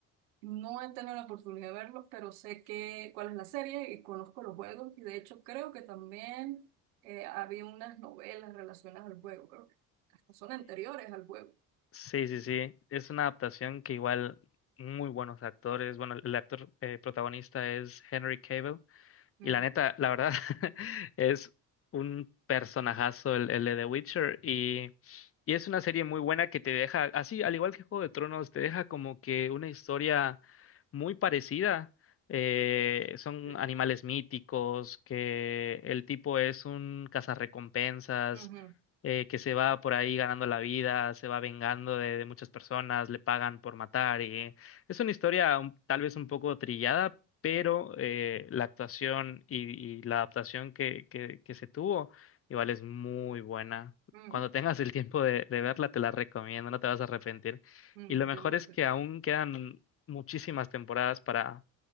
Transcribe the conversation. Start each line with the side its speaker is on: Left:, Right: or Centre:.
Right: No he tenido la oportunidad de verlos, pero sé que cuál es la serie y conozco los juegos. Y de hecho creo que también eh, había unas novelas relacionadas al juego, creo que hasta son anteriores al juego.
Left: Sí, sí, sí. Es una adaptación que igual muy buenos actores. Bueno, el el actor eh, protagonista es Henry Cavill.
Right: Ujú.
Left: Y la neta, la verdad, <laughs> es un personajazo el, el de The Witcher y, y es una serie muy buena que te deja, así, al igual que Juego de Tronos, te deja como que una historia muy parecida. Eh, son
Right: Sí.
Left: animales míticos, que el tipo es un cazarrecompensas,
Right: Ujú,
Left: eh, que se va por ahí ganando la vida, se va vengando de, de muchas personas, le pagan por matar y es una historia un- tal vez un poco trillada pero eh, la actuación y, y la adaptación que, que, que se tuvo igual es muy buena.
Right: mm,
Left: Cuando tengas el tiempo de, de verla, te la recomiendo, no te vas a arrepentir.
Right: mm,
Left: Y lo
Right: entiendo,
Left: mejor es
Right: sí.
Left: que aún quedan muchísimas temporadas para,